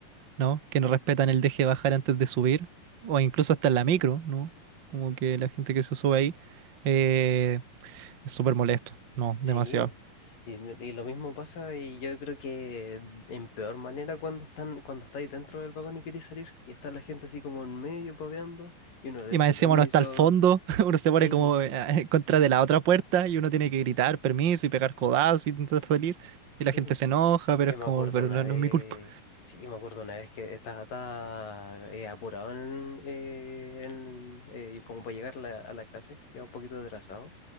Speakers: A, on the right; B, on the left.
A: ¿no? Que no respetan el deje de bajar antes de subir, o incluso hasta en la micro, ¿no? Como que la gente que se sube ahí eh, es súper molesto, ¿no?
B: Sí,
A: Demasiado.
B: y, y lo mismo pasa y yo creo que en peor manera cuando están, cuando estáis dentro del vagón y queréis salir y está la gente así como en medio paveando y uno le
A: Y
B: dice
A: más encima
B: permiso.
A: uno está al fondo, <laughs> uno se pone
B: Sí,
A: como eh, en contra de la otra puerta y uno tiene que gritar permiso y pegar codazos y intentar salir. Y
B: sí,
A: la gente se enoja, pero
B: yo
A: es
B: me
A: como,
B: acuerdo
A: pero
B: una
A: no,
B: vez,
A: no es mi culpa.
B: sí, me acuerdo una vez que estaba, estaba, eh, apurado en, eh, en, eh, como para llegar a la, a la clase, iba un poquito atrasado,